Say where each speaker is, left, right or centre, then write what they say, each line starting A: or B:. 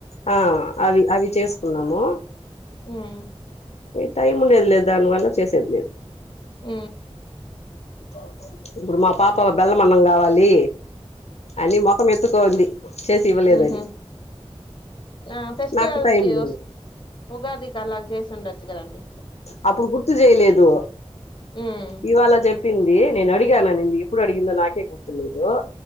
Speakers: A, on the left (about 75°); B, on the left (about 45°).
A: ఆ అవి అ చేసుకున్నాము
B: హ్మ్
A: టైం ఉండేది లేదు దాని వల్ల చేసేది లేదు
B: ఆ
A: <unintelligible> ఇప్పుడు మా పాప బెల్లం మన్నం కావాలి అని ముఖం ఎత్తుకోంది చేసి ఇవ్వలేదని
B: హ ఆ ఫెస్టివల్స్
A: నాకు టైం
B: కి
A: లేదు
B: వస్తే ఉగాదికి అలా చేస్తే స్తుందండచ్చుగదండి
A: అప్పుడు గుర్తు చేయలేదు
B: హ్మ్
A: ఇవాళ చెప్ప చెప్పింది నేను అడిగాను ఇది ఎప్పుడు అడిగిందో నాకే గుర్తులేదు